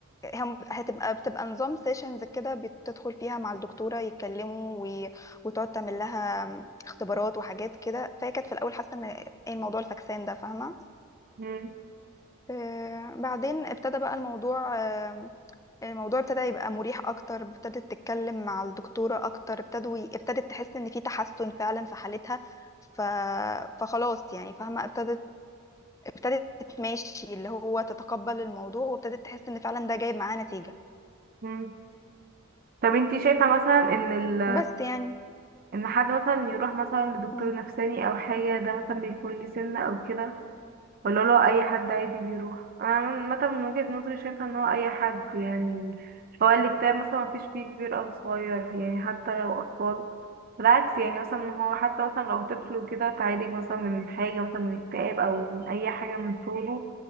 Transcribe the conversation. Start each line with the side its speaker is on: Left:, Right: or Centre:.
Left: هم- هتبقى بتبقى نظام سيشنز كده بتدخل فيها مع الدكتورة يتكلموا و- وتقعد تعمل لها اختبارات وحاجات كده فهي كانت في الأول حاسة إن إيه الموضوع الفكسان ده فاهمة
Right: مم.
Left: آه، بعدين ابتدى بقى الموضوع آه، آه، الموضوع ابتدى يبقى مريح اكتر ابتدت تتكلم مع الدكتورة اكتر ابتدوا ابتدت تحس ان في تحسن فعلا في حالتها ف... فخلاص يعني فاهمة ابتدت ابتدت ماشي اللي هو تتقبل الموضوع وابتدت تحس ان فعلا ده جايب معاه نتيجة
Right: مم. طب انتي شايفة مثلا ان ال...
Left: بس يعني
Right: ان حد مثلا يروح مثلا لدكتور
Left: مم.
Right: نفساني او حاجة ده مثلا بيكون ليه سن او كده ولا لو اي حد عادي بيروح انا عامة من وجهة نظري شايفة ان هو اي حد يعني هو الاكتئاب مثلا مفيش فيه كبير او صغير يعني حتى لو اطفال بالعكس يعني مثلا إن هو حتى مثلا لو طفل وكده تعالج مثلا من حاجة مثلا من اكتئاب او من اي حاجة من طوله